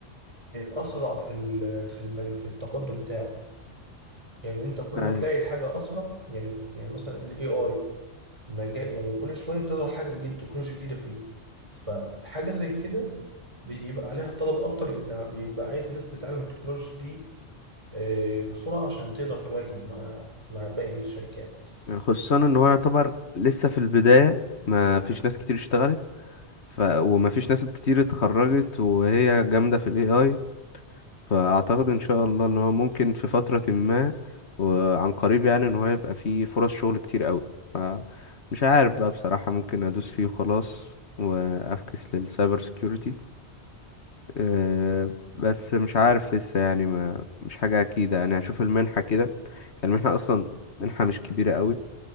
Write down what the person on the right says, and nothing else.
اسرع في ال- في المج- في التقدم بتاعه يعني انت كل
ما تلاقي الحاجه اسرع يعني يعني مثلا الاي اي مجال يعني كل شويه بتظهر حاجه جديده تكنولوجيا جديده فيه فحاجه زي كده بيبقى عليها طلب اكتر لان بيبقى عايز ناس تتعلم التكنولوجيا دي آه، بسرعة عشان تقدر تواكب مع مع باقي الشركات